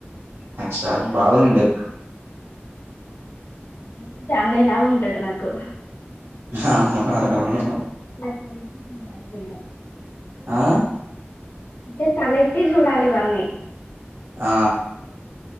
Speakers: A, on the right; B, on the left.
A: అచ్చ బాగుంది
B: కాకపోతే అన్నయ్య లాగా ఉంటాడు నాకు
A: అవునవును
B: <unintelligible>
A: ఆ
B: అంటే తల ఎత్తి చూడాలివన్నీ
A: ఆ